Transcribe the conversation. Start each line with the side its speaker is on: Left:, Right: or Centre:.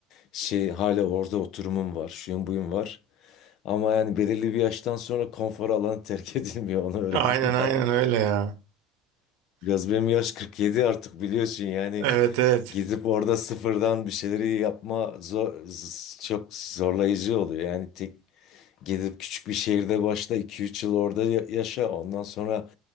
Left: şey hala orada oturumum var şuyum buyum var. Ama yani belirli bir yaştan sonra konfor alanı terk <laughs> edilmiyor onu öğrendim.
Right: Aynen aynen öyle ya.
Left: <laughs> Biraz benim yaş 47 artık biliyorsun yani
Right: Evet evet.
Left: gidip orada sıfırdan bir şeyleri yapma zor, z- çok zorlayıcı oluyor. Yani tek Gidip küçük bir şehirde başla iki üç yıl orada ya- yaşa. Ondan sonra